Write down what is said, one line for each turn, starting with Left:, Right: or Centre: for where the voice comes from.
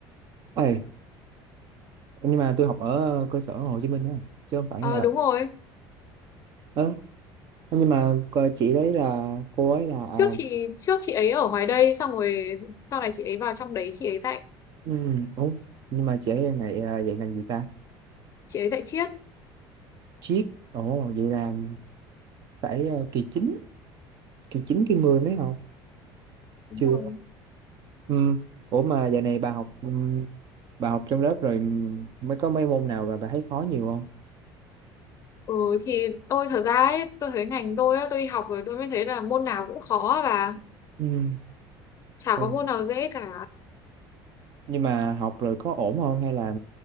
Right: Ê, nhưng mà tôi học ở cơ sở Hồ Chí Minh á, chứ không phải
Left: Ờ
Right: là...
Left: đúng rồi.
Right: Ờ, nhưng mà cô- chị đấy là, cô ấy là... À,
Left: trước chị trước chị ấy ở ngoài đây xong rồi sau này chị ấy vào trong đấy chị ấy dạy
Right: ừm, ủa, nhưng mà chị ấy là dạy, à, dạy ngành gì ta?
Left: chị ấy dạy triết
Right: Triết, ồ, vậy là phải ờ, kỳ chín kỳ chín kỳ 10 mới học
Left: Đúng
Right: chưa
Left: rồi.
Right: ừ. Ủa mà giờ này bà học ừm, bà học trong lớp rồi ừm, mới có mấy môn nào mà bà thấy khó nhiều không
Left: ừ thì tôi thật ra ấy, tôi thấy ngành tôi á, tôi đi học rồi tôi mới thấy là môn nào cũng khó và
Right: ừ.
Left: chả
Right: Ừ.
Left: có môn nào dễ cả
Right: nhưng mà học rồi có ổn không hay là